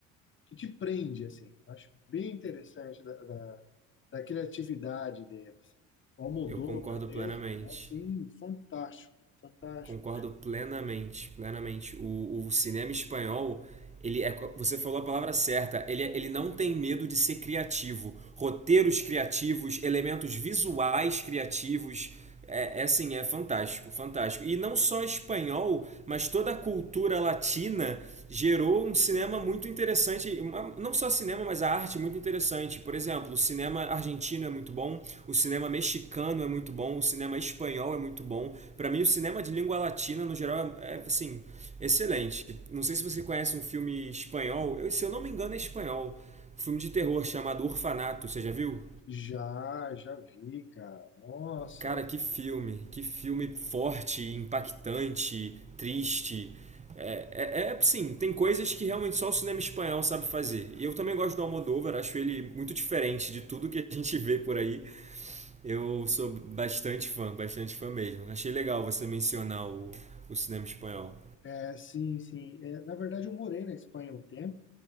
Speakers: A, on the left; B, on the right.
A: que te prende, assim. Acho bem interessante da, da, da criatividade deles. O Almodóvar
B: Eu concordo plenamente.
A: mesmo, né? Assim, fantástico, fantástico.
B: Concordo plenamente, plenamente. O, o cinema espanhol, ele é, você falou a palavra certa, ele, é- ele não tem medo de ser criativo. Roteiros criativos, elementos visuais criativos, é, é assim, é fantástico, fantástico. E não só espanhol, mas toda a cultura latina gerou um cinema cinema muito interessante, não só cinema, mas a arte muito interessante. Por exemplo, o cinema argentino é muito bom, o cinema mexicano é muito bom, o cinema espanhol é muito bom. para mim, o cinema de língua latina, no geral, é, é, assim, excelente. Não sei se você conhece um filme espanhol, se eu não me engano é espanhol, um filme de terror chamado Orfanato, você já viu?
A: Já, já vi, cara. Nossa.
B: Cara, que filme, que filme forte, impactante, triste. É, é, é, sim, tem coisas que realmente só o cinema espanhol sabe fazer. E eu também gosto do Almodóvar, acho ele muito diferente de tudo que a gente vê por aí. Eu sou bastante fã, bastante fã mesmo. Achei legal você mencionar o, o cinema espanhol.
A: É, sim, sim. É, na verdade, eu morei na Espanha um tempo,